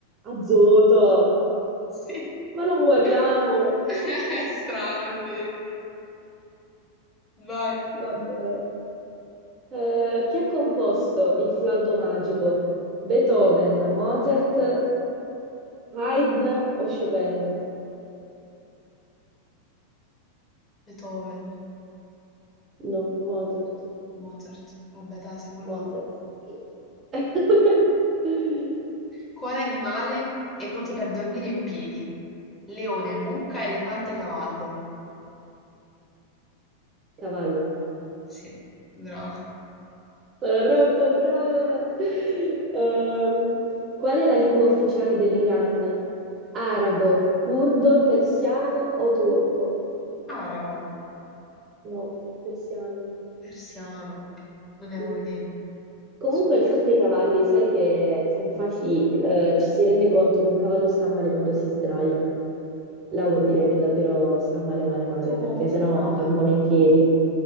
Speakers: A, on the right; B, on the left.
A: Azoto.
B: Sì.
A: Ma non moriamo!
B: <laughs> È strano, è vero. Vai.
A: Vabbè. Eh, chi ha composto il flauto magico? Beethoven, Mozart, Haydn o Chopin?
B: Beethoven,
A: No, Mozart.
B: Mozart. Vabbè, dai, siamo là.
A: Mozart. <laughs>
B: Quale animale è noto per dormire in piedi? Leone, mucca, elefante, cavallo.
A: Cavallo.
B: Sì, brava.
A: Sono troppo brava. Ehm, qual è la lingua ufficiale dell'Iran? Arabo, curdo, persiano o turco?
B: Arabo,
A: No, persiano.
B: persiano, non ne avevo
A: Sì.
B: idea.
A: Comunque
B: Su-
A: il fatto dei cavalli, sai che infatti eh, ci si rende conto che un cavallo sta male quando si sdraia. Là vuol dire che davvero sta male male male,
B: su-
A: perché sennò
B: no.
A: dormono in piedi.